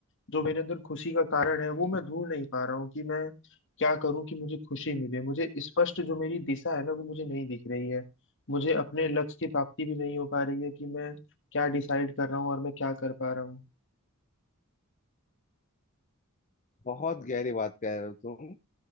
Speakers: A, on the left; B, on the left.
A: जो मेरे अंदर खुशी का कारण है वो मैं ढूंढ नहीं पा रहा हूँ कि मैं क्या करूँ कि मुझे खुशी मिले मुझे स्पष्ट जो मेरी दिशा है ना वो मुझे नहीं दिख रही है मुझे अपने लक्ष्य की प्राप्ति भी नहीं हो पा रही है कि मैं क्या डिसाइड कर रहा हूँ और मैं क्या कर पा रहा हूँ
B: बहुत गहरी बात कह रहे हो तुम